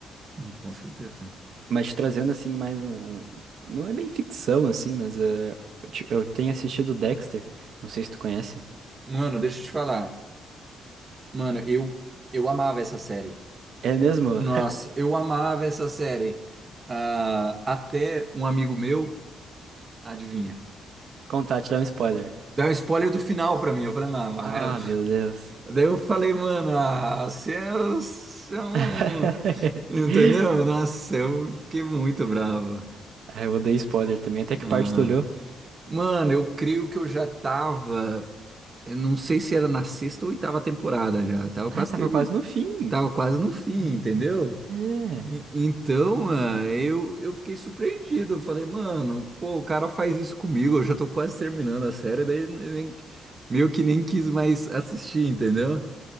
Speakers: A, on the right; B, on the right.
A: Hum, Com certeza.
B: Mas trazendo assim mais um. um, Não é bem ficção assim, mas é, eu, te- eu tenho assistido Dexter. Não sei se tu conhece.
A: Mano, deixa eu te falar. Mano, eu eu amava essa série.
B: É mesmo?
A: Nossa,
B: <laughs>
A: eu amava essa série. Ah, até um amigo meu, adivinha,
B: Contar, te dar um spoiler.
A: deu um spoiler do final pra mim. Eu falei, mano, mas...
B: Ah, meu Deus.
A: Daí eu falei, mano, ah, você é, um, você é um.
B: <laughs>
A: Entendeu? Nossa, eu fiquei muito bravo.
B: Ah, eu odeio spoiler também. Até que
A: Ah,
B: parte tu olhou?
A: mano, eu creio que eu já tava. Eu não sei se era na sexta ou oitava temporada já. Tava
B: Ah,
A: quase
B: tava
A: terminando.
B: quase no fim.
A: Tava quase no fim, entendeu?
B: É.
A: E- Então, mano, eu, eu fiquei surpreendido. Eu falei, mano, pô, o cara faz isso comigo. Eu já tô quase terminando a série, daí eu nem, meio que nem quis mais assistir, entendeu?